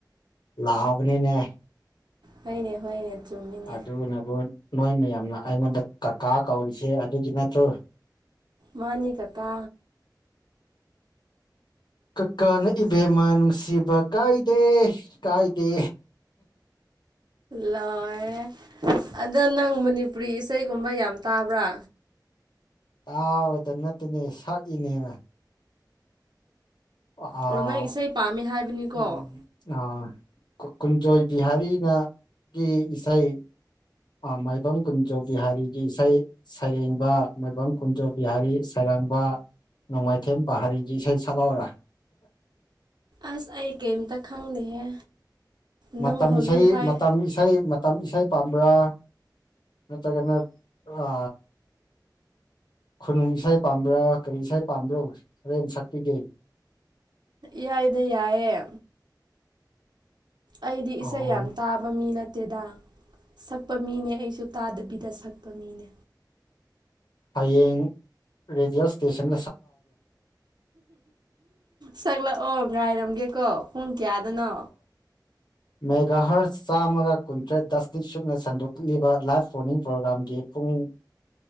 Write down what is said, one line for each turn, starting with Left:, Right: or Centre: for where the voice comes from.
Left: ꯂꯕꯅꯤꯅꯦ
Right: ꯍꯩꯅꯦ ꯍꯣꯏꯅꯦ ꯆꯨꯝꯃꯤꯅꯦ
Left: ꯑꯗꯨꯅꯕꯨ ꯅꯣꯏ ꯃꯌꯥꯝꯅ ꯑꯩꯉꯣꯟꯗ ꯀꯀꯥ ꯀꯧꯔꯤꯁꯦ ꯑꯗꯨꯒꯤ ꯅꯠꯇ꯭ꯔꯣ
Right: ꯃꯥꯅꯤ ꯀꯀꯥ
Left: ꯀꯀꯥꯅ ꯏꯕꯦꯝꯃꯥꯟ ꯅꯨꯡꯁꯤꯕ ꯀꯥꯏꯗꯦ ꯀꯥꯏꯗꯦ
Right: ꯂꯣꯏꯔꯦ ꯑꯗꯣ ꯅꯪ ꯃꯅꯤꯄꯨꯔꯤ ꯏꯁꯩꯒꯨꯝꯕ ꯌꯥꯝ ꯇꯥꯕ꯭ꯔꯥ
Left: ꯇꯥꯕꯗ ꯅꯠꯇꯅꯦ ꯁꯛꯏꯅꯦꯕ ꯑꯥ
Right: ꯑꯣ ꯅꯪ ꯏꯁꯩ ꯄꯥꯝꯃꯦ ꯍꯥꯏꯕꯅꯤꯀꯣ
Left: ꯎꯝ ꯑ ꯀꯨꯟꯖꯣꯏ ꯕꯤꯍꯥꯔꯤꯅ ꯒꯤ ꯏꯁꯩ ꯃꯥꯏꯕꯝ ꯀꯨꯟꯖꯣ ꯕꯤꯍꯥꯔꯤꯒꯤ ꯏꯁꯩ ꯁꯩꯔꯦꯡꯕ ꯃꯥꯏꯕꯝ ꯀꯨꯟꯖꯣ ꯕꯤꯍꯥꯔꯤ ꯁꯩꯔꯥꯡꯕ ꯅꯣꯡꯃꯥꯏꯊꯦꯝ ꯄꯥꯔꯤꯒꯤ ꯏꯁꯩ ꯁꯛꯂꯥꯎꯔ
Right: ꯑꯁ ꯑꯩ ꯀꯔꯤꯝꯇ ꯈꯪꯗꯦꯍꯦ ꯅꯪ
Left: ꯃꯇꯝ
Right: ꯍꯧꯖꯤꯛ
Left: ꯏꯁꯩ
Right: ꯍꯥꯏ
Left: ꯃꯇꯝ ꯏꯁꯩ ꯏꯁꯩꯥꯏ ꯄꯥꯔꯥ ꯅꯠꯇꯒꯅ ꯑ ꯈꯨꯅꯨꯡ ꯏꯁꯩ ꯄꯥꯝꯕ꯭ꯔꯥ ꯀꯔꯤ ꯏꯁꯩ ꯄꯥꯝꯕ꯭ꯔꯣ ꯍꯔꯦꯟ ꯁꯛꯄꯤꯒꯦ
Right: ꯌꯥꯏꯗ ꯌꯥꯏꯌꯦ ꯑꯩꯗꯤ ꯏꯁꯩ
Left: ꯑꯣ
Right: ꯌꯥꯝ ꯇꯥꯕ ꯃꯤ ꯅꯠꯇꯦꯗ ꯁꯛꯄ ꯃꯤꯅꯦ ꯑꯩꯁꯨ ꯇꯥꯗꯕꯤꯗ ꯁꯛꯄ ꯃꯤꯅꯦ
Left: ꯍꯌꯦꯡ ꯔꯦꯗꯤꯑꯣꯁ ꯁꯟ
Right: ꯁꯛꯂꯛꯑꯣ ꯉꯥꯏꯔꯝꯒꯦꯀꯣ ꯄꯨꯡ ꯀꯌꯥꯗꯅꯣ
Left: ꯃꯦꯒꯥꯍꯔꯁ ꯆꯥꯝꯃꯒ ꯀꯨꯟꯇ꯭ꯔꯦꯠ ꯗꯁꯅꯤꯛ ꯁꯨꯞꯅ ꯁꯟꯗꯣꯛꯂꯤꯕ ꯂꯥꯏꯐ ꯇ꯭ꯔꯣꯅꯤꯡ ꯄ꯭ꯔꯣꯒꯥ꯭ꯔꯥꯝꯒꯤ ꯄꯨꯡ